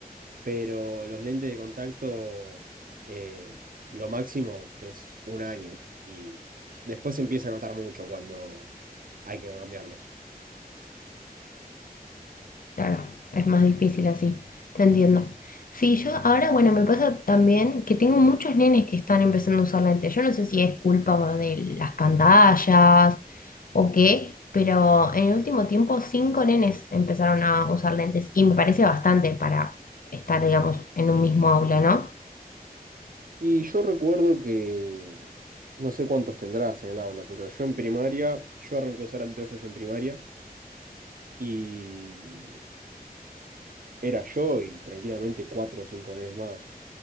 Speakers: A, on the right (about 60°); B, on the left (about 60°).
A: pero los lentes de contacto, eh, lo máximo es un año. Y después se empieza a notar mucho cuando hay que cambiarlos.
B: Claro, es más difícil así. Te entiendo. Sí, yo ahora, bueno, me pasa también que tengo muchos nenes que están empezando a usar lentes. Yo no sé si es culpa de las pantallas o qué, pero en el último tiempo cinco nenes empezaron a usar lentes y me parece bastante para estar, digamos, en un mismo aula, ¿no?
A: Y yo recuerdo que, no sé cuántos tendrás en el aula, pero yo en primaria, yo arranqué a usar anteojos en primaria. Y Era yo y tranquilamente cuatro o cinco nenes más.